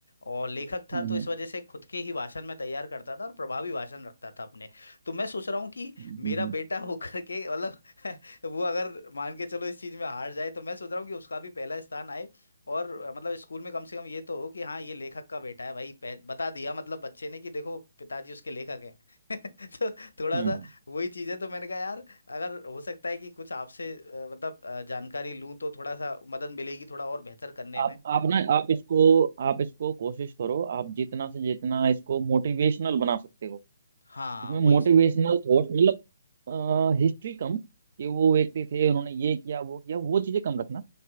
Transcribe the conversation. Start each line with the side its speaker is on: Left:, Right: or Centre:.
Left: और लेखक था
Right: हम्म
Left: तो इस
Right: हम्म
Left: वजह से खुद के ही भाषण में तैयार करता था और प्रभावी भाषण रखता था अपने तो मैं सोच रहा हूँ कि
Right: हम्म,
Left: मेरा बेटा <laughs> होकर के मतलब <laughs> वो अगर मान के चलो इस चीज में हार जाए तो मैं सोच रहा हूँ कि उसका भी पहला स्थान आए और अ, मतलब स्कूल में कम से कम ये तो हो कि हाँ ये लेखक का बेटा है भाई पह, बता दिया मतलब बच्चे ने कि देखो पिताजी उसके लेखक हैं <laughs> तो थोड़ा
Right: हम्म।
Left: सा वही चीज है तो मैंने कहा यार अगर हो सकता है कि कुछ आपसे अ, मतलब अ, जानकारी लूँ तो थोड़ा सा मदद मिलेगी थोड़ा और बेहतर करने
Right: आप
Left: में
Right: आप ना आप इसको आप इसको कोशिश करो आप जितना से जितना इसको मोटिवेशनल बना सकते हो
Left: हाँ
Right: इसमें
Left: वही
Right: मोटिवेशनल
Left: स-
Right: थॉट मतलब हिस्ट्री कम कि वो व्यक्ति थे उन्होंने ये किया वो किया वो चीजें कम रखना